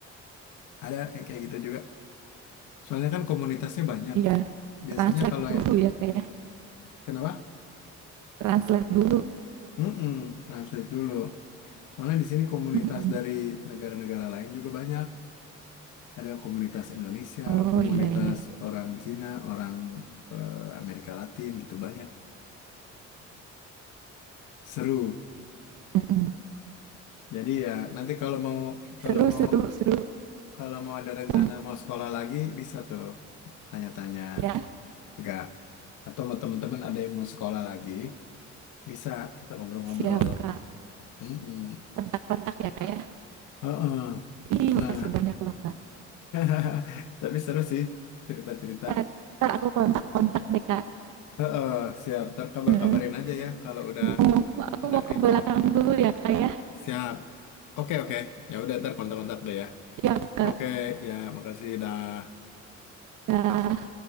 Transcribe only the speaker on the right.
iya.
Translate
dulu
ya Kak ya,
translate dulu,
mhm.
Oh
iya iya,
mhm.
Seru
seru seru,
mmm,
ya
siap Kak,
kontak-kontak ya Kak ya.
Ih
makasih banyak loh Kak.
Entar entar aku kontak-kontak deh Kak.
<laughs>
Bu, aku
mau ke
belakang dulu ya, Kak ya.
siap, Kak.
Ya.